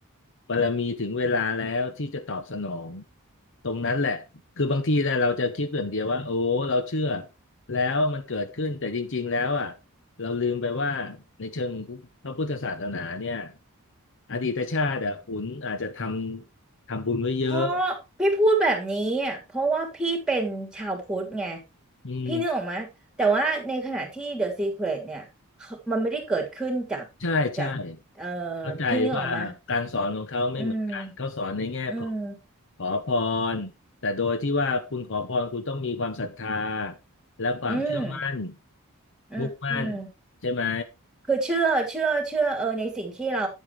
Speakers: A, on the left; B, in the centre.
A: บารมีถึงเวลาแล้วที่จะตอบสนองตรงนั้นแหละคือบางทีเนี่ยเราจะคิดอย่างเดียวว่าโอ้เราเชื่อแล้วมันเกิดขึ้นแต่จริงๆแล้วอ่ะเราลืมไปว่าในเชิงพระพุทธศาสนาเนี่ยอดีตชาติอ่ะหุนอาจจะทำทำบุญไว้เยอะ
B: เพราะพี่พูดแบบนี้อะเพราะว่าพี่เป็นชาวพุทธไง
A: อืม
B: พี่นึกออกไหมแต่ว่าในขณะที่ The Secret เนี่ยเขามันไม่ได้เกิดขึ้นจาก
A: ใช่ใช่
B: จากเอ่อ
A: เข้าใจว่าการสอนของเขาไม่เหมือนกันเขาสอนในแง่ของ
B: พี่นึกออกไหมอืมอืม
A: ขอพรแต่โดยที่ว่าคุณขอพรคุณต้องมีความศรัทธาและความเชื่อมั่น
B: อืมอืมอืม
A: มุ่งมั่นใช่ไหม
B: คือเชื่อเชื่อเชื่อเออในสิ่งที่เรา